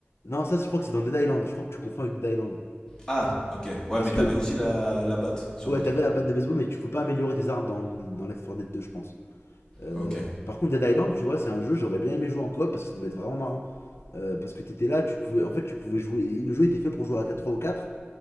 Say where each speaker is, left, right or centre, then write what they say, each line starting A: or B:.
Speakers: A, on the left; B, on the left.
A: Non, ça, je crois que c'est dans Dead Island. Je crois que tu confonds avec Dead Island.
B: Ah, ok. Ouais,
A: Parce
B: mais
A: que,
B: t'avais aussi la, la batte sur
A: ouais,
B: l'autre.
A: t'avais la batte de baseball, mais tu pouvais pas améliorer tes armes dans, dans Left 4 Dead 2, je pense. Euh,
B: Ok.
A: par contre, Dead Island, tu vois, c'est un jeu, j'aurais bien aimé jouer en coop parce que ça devait être vraiment marrant. Euh, parce que t'étais là, tu pouvais, en fait, tu pouvais jouer. Le jeu était fait pour jouer à 3 ou quatre,